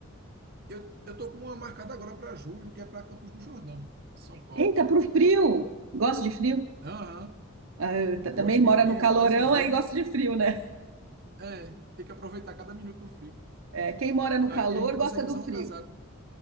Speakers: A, on the right; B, on the right.
A: Eu, eu tô com uma marcada agora para julho, que é para Campos do Jordão, São Paulo.
B: Eita, pro frio. Gosto de frio?
A: Aham,
B: Eita,
A: gosto
B: Também mora
A: de frio,
B: no calorão,
A: ainda mais em julho.
B: aí gosta de frio, né?
A: É, tem que aproveitar cada minuto do frio.
B: É, quem mora no
A: Aqui
B: calor
A: a gente não
B: gosta
A: consegue
B: do
A: usar
B: frio.
A: um casaco.